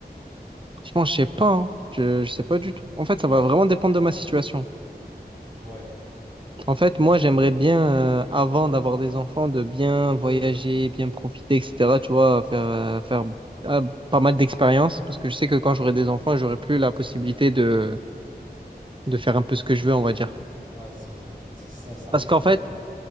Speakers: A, on the right; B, on the right.
A: Franchement, je sais pas, hein. Je, je sais pas du tout. En fait, ça va vraiment dépendre de ma situation.
B: Ouais.
A: En
B: Ouais,
A: fait, moi, j'aimerais bien, euh, avant d'avoir des enfants, de bien voyager, bien profiter, etc. Tu vois, faire, euh, faire euh, pas mal d'expériences, parce que je sais que quand j'aurai des enfants, j'aurai plus la possibilité de, de faire un peu ce que je veux, on va dire.
B: Ouais, c'est vrai. C'est que ça, ça m'effraie
A: Parce qu'en fait,
B: un peu.